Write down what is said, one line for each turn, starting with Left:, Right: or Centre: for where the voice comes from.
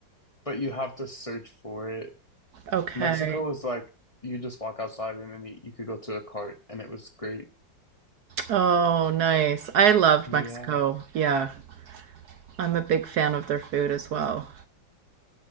Left: but you have to search for it.
Right: Okay.
Left: Mexico was like you just walk outside and then you, you could go to a cart, and it was great.
Right: Oh, nice. I loved
Left: Yeah,
Right: Mexico. Yeah. I'm a big fan of their food as well.